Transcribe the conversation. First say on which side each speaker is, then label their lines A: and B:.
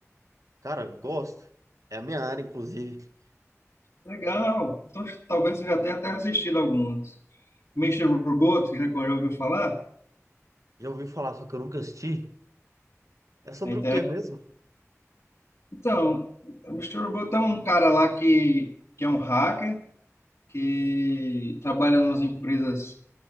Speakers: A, on the right; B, on the left.
A: Cara, gosto. É a minha área, inclusive.
B: Legal! Então talvez você já tenha até assistido alguns. Mister Robot, que já já ouviu falar?
A: Já ouvi falar, só que eu nunca assisti. É sobre
B: É interessante.
A: o quê mesmo?
B: Então, o Mr. Robot é um cara lá que, que é um hacker, que trabalha nas empresas,